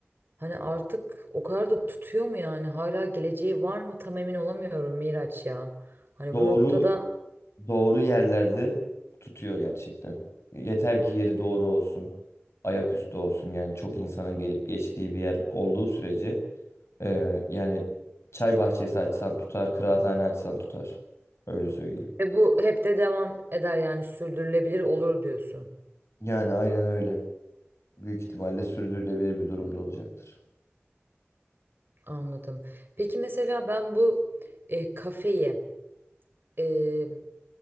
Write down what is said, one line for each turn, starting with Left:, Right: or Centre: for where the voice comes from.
Right: Hani artık o kadar da tutuyor mu yani? Hala geleceği var mı? Tam emin olamıyorum Miraç ya. Hani
Left: Doğru
Right: bu noktada
Left: doğru yerlerde tutuyor gerçekten. Yeter ki yeri doğru olsun. Ayaküstü olsun yani çok insanın gelip geçtiği bir yer olduğu sürece e, yani çay bahçesi açsan tutar, kıraathane açsan tutar. Öyle söyleyeyim.
Right: ve bu hep de devam eder yani sürdürülebilir olur diyorsun.
Left: Yani aynen öyle. Büyük ihtimalle sürdürülebilir bir durumda olacaktır.
Right: Anladım. Peki mesela ben bu e, kafeyi e,